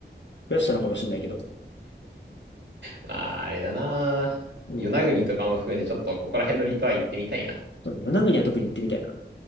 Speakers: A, on the left (about 75°); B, on the right (about 75°).
A: 増やしたのかもしれないけど。
B: まあ、あれだな。
A: うん
B: 与那国とかも含めて、ちょっとここら辺の離島は行ってみたいな。
A: そうね与那国は特に行ってみたいな。